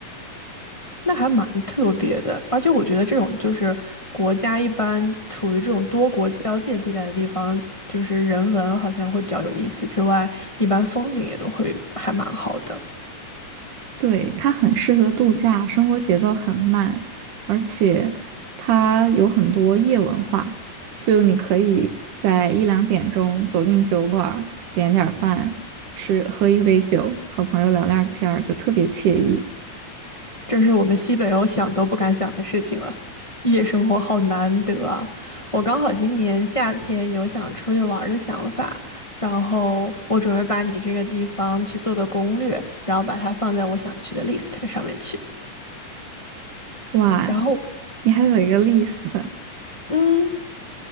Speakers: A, on the left; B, on the right.
A: 那还蛮特别的，而且我觉得这种就是国家一般处于这种多国交界地带的地方，就是人文好像会比较有意思之外，一般风景也都会还蛮好的。
B: 对，它很适合度假，生活节奏很慢，而且它有很多夜文化，就你可以在一两点钟走进酒馆儿，点点儿饭，吃，喝一杯酒，和朋友聊聊天儿，就特别惬意。
A: 这是我们西北欧想都不敢想的事情了，夜生活好难得啊！我刚好今年夏天有想出去玩儿的想法，然后我准备把你这个地方去做做攻略，然后把它放在我想去的 list 上面去，
B: 哇，
A: 然后。
B: 你还有一个 list，
A: 嗯，